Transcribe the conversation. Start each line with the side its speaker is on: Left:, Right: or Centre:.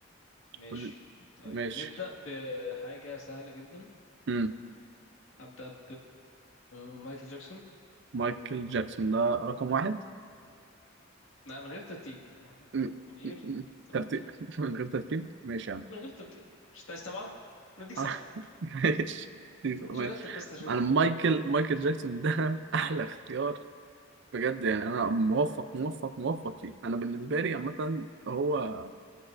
Left: ماشي
Right: قول لي.
Left: طيب
Right: ماشي
Left: نبدأ بحاجة سهلة جدا
Right: مم.
Left: أبدأ بمايكل جاكسون
Right: مايكل جاكسون ده رقم واحد
Left: لا من غير ترتيب يعني
Right: مم.
Left: من غير
Right: مم. مم.
Left: ترتيب
Right: ترتيب <laughs> من غير ترتيب ماشي يا عم
Left: من غير ترتيب مش عايز سبعة نديك سبعة
Right: أنا- <laughs> ماشي
Left: ما تجيش
Right: ماشي
Left: أرتب بس عشان
Right: انا
Left: أنا
Right: مايكل
Left: ما
Right: مايكل جاكسون ده <laughs> احلى اختيار بجد يعني انا موفق موفق موفق فيه انا بالنسبه لي عامه هو